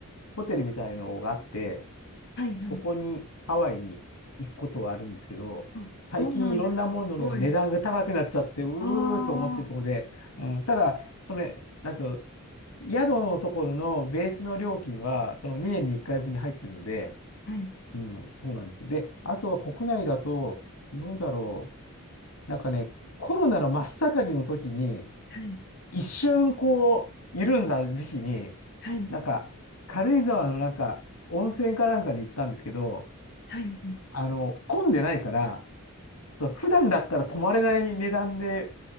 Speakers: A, on the left; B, on the left.
A: ホテルみたいのがあって、
B: はいはい。
A: そこにハワイに行くことはあるんですけど、
B: あ、
A: 最近いろんなものの値段が高くなっちゃって、
B: そうなんです。すごい。
A: うーと思ってるところで、
B: ああ、
A: うん、ただ、その、なんと、宿のところのベースの料金は、その2年に1回分に入ってるので、
B: はい、
A: うん、そうなんです。で、あとは国内だと、どうだろう、なんかね、コロナの真っ盛りの時に、
B: はい、
A: 一瞬こう、緩んだ時期に、
B: はい、
A: なんか、軽井沢のなんか、温泉かなんかに行ったんですけど、
B: はい、はい。
A: あの、混んでないから、ちょっと普段だったら泊まれない値段で